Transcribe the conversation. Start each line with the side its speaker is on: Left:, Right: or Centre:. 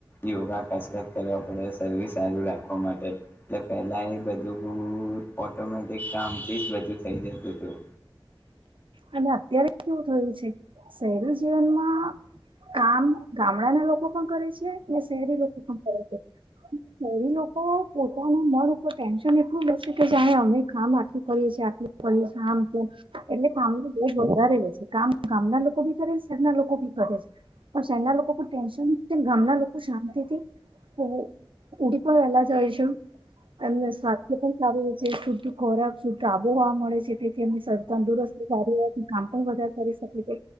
Left: યોગા કસરત કરવા પડે શરીર સારું રાખવા માટે એટલે પેલા એ બધું ઓટોમેટિક કામથી જ બધું થઈ જતું તું
Right: અને અત્યારે કેવું થયું છે શહેરી જીવનમાં કામ ગામડાના લોકો પણ કરે છે ના શેરી લ લોકો સંપર <inaudible> પોતાના મન ઉપર ટેન્શન એટલું લશે કે જાણે અમે કામ આટલું કરીએ છીએ આટલું કરીએ આમ તો એટલે કામ તો બહુ જ વધારે રહે છે કામ ગામના લોકો ભી કરે શહેરના લોકો ભી કરે છે ના લોકો કો ટેન્શન ગામના લોકો શાંતિથીઉ ઉડી પણ વેલા જાય છે એમને સ્વાસ્થ્ય પણ સારું હો છે શુદ્ધ ખોરાક શુદ્ધ આબોહવા મળે છે અનુ સર તંદુરસ્ત કામ પણ વધારે કરી શકે છે